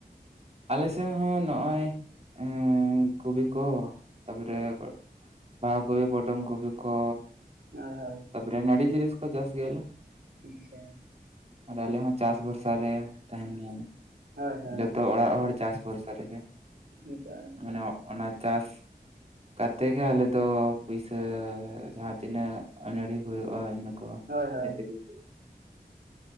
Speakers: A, on the right (about 40°); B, on the right (about 80°).
A: ᱟᱞᱮ ᱥᱮᱱ ᱦᱚᱸ ᱱᱚᱜᱼᱚᱭ ᱮᱸ ᱠᱚᱵᱤ ᱠᱚ ᱛᱟᱯᱚᱨᱮ ᱛᱟᱯᱚ ᱨᱮ ᱠᱚᱵᱤ ᱯᱚᱴᱚᱢ ᱠᱚᱯᱤ ᱠᱚ
B: ᱦᱳᱭ ᱦᱳᱭ
A: ᱛᱟᱯᱚᱨᱮ ᱱᱟᱲᱤ ᱡᱤᱱᱤᱥ ᱠᱚ ᱪᱟᱥ ᱜᱮᱭᱟᱞᱮ
B: ᱟᱪᱪᱷᱟ
A: ᱟᱨ ᱟᱞᱮ ᱦᱚᱸ ᱪᱟᱥ ᱵᱷᱚᱨᱥᱟ ᱨᱮ ᱛᱟᱦᱮᱱ ᱜᱮᱭᱟ ᱞᱮ
B: ᱦᱳᱭ ᱦᱳᱭ
A: ᱡᱚᱛᱚ ᱚᱲᱟᱜ ᱦᱚᱲ ᱪᱟᱥ ᱵᱷᱚᱨᱥᱟ ᱨᱮᱜᱮ
B: <unintelligible>
A: ᱢᱟᱱᱮ ᱚᱱᱟ ᱪᱟᱥ ᱠᱟᱛᱮ ᱜᱮ ᱟᱞᱮ ᱫᱚ ᱯᱩᱭᱥᱟᱹ ᱡᱟᱦᱟᱸ ᱛᱤᱱᱟᱹᱜ ᱟᱹᱱᱟᱹᱲᱤ ᱦᱩᱭᱩᱜᱼᱟ ᱤᱱᱟᱹ ᱠᱚ
B: ᱦᱳᱭ
A: <unintelligible>
B: ᱦᱳᱭ